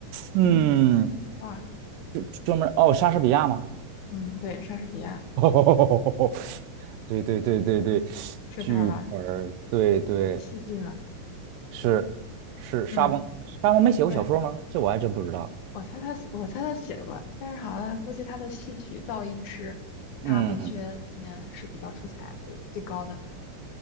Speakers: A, on the right; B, on the left.
A: 嗯。
B: 嗯，哇，
A: 专专门哦，莎士比亚吗？
B: 嗯，对，莎士比亚
A: <laughs> 对对对对对，
B: 是他吧？
A: 剧本儿对对
B: 戏剧嘛，
A: 是是沙翁，
B: 嗯，
A: 沙翁没写过小说吗？
B: 对，
A: 这我还真不知道。
B: 我猜他写我猜他写过，但是好像估计他的戏曲造诣是他文学里面是比较出彩的最高的吧。
A: 嗯